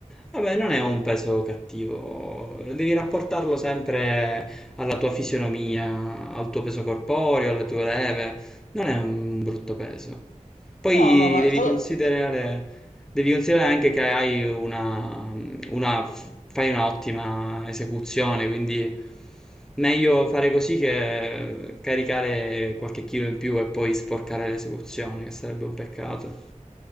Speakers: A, in the centre; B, on the left (about 70°).
A: Vabbè, non è un peso cattivo, devi rapportarlo sempre alla tua fisionomia, al tuo peso corporeo, alle tue leve, non è un brutto peso. Poi
B: No, no, ma
A: devi
B: è stato...
A: considerare, devi considerare anche che hai una, una- fai un'ottima esecuzione, quindi meglio fare così che caricare qualche chilo in più e poi sporcare l'esecuzione, che sarebbe un peccato.